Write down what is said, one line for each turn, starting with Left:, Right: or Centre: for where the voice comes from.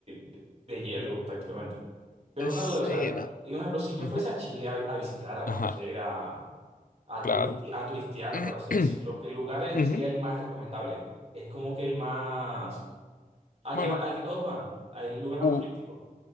Right: de, de hielo prácticamente. Pero
Left: Eh,
Right: una
Left: Sí,
Right: duda, o sea,
Left: no.
Right: y un ejemplo, si yo
Left: Ajá,
Right: fuese a Chile a, vi- a visitar, a
Left: ajá,
Right: conocer, a, a,
Left: claro.
Right: turisti- a turistear,
Left: <clears throat>
Right: por así decirlo, ¿qué lugar el-
Left: Ujú.
Right: sería el más recomendable? Es como que el más... Al
Left: Bueno,
Right: que, va- al que todos van, el lugar más
Left: u-
Right: turístico.